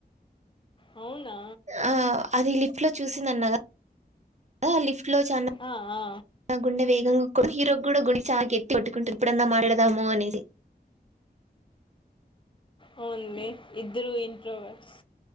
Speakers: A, on the left; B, on the right.
A: అవునా
B: ఆ అది లిఫ్ట్ లో చూసింది అన్నగా అ లిఫ్ట్ లో చన్న
A: ఆ ఆ
B: గుండె వేగంగా కొ హీరో కూడా గుడి చా గట్టి కొట్టుకుంటుంది ఎప్పుడన్నా మాట్లాడదాము అనేసి
A: అనేసి ఓన్లీ ఇద్దరు ఇంట్రోవర్స్